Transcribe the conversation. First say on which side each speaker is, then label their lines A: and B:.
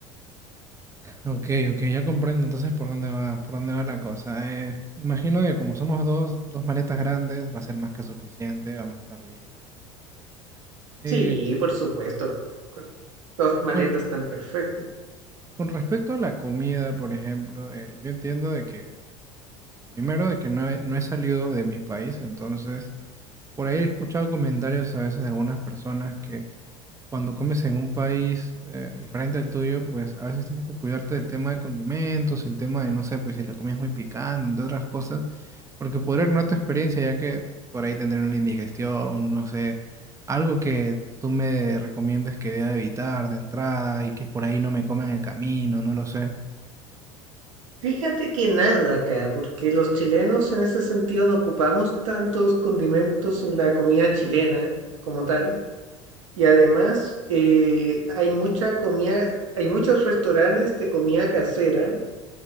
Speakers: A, on the right (about 20°); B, on the right (about 75°).
A: Ok, ok, ya comprendo entonces por dónde va, por dónde va la cosa. Eh, imagino que como somos dos, dos maletas grandes, va a ser más que suficiente, vamos a estar listos, preparados. Eh,
B: Sí, por supuesto, con dos
A: y
B: maletas
A: con
B: están perfectos.
A: Y con respecto a la comida, por ejemplo, eh, yo entiendo de que, primero, de que no he, no he salido de mi país, entonces, por ahí he escuchado comentarios a veces de algunas personas que cuando comes en un país eh, diferente al tuyo, pues a veces tienes que cuidarte del tema de condimentos, el tema de, no sé, pues si la comida es muy picante, entre otras cosas, porque podría no tu experiencia, ya que por ahí tendré una indigestión, no sé, algo que tú me recomiendes que deba evitar de entrada y que por ahí no me coma en el camino, no lo sé.
B: Fíjate que nada acá, porque los chilenos en ese sentido no ocupamos tantos condimentos en la comida chilena como tal. Y además eh, hay mucha comida, hay muchos restaurantes de comida casera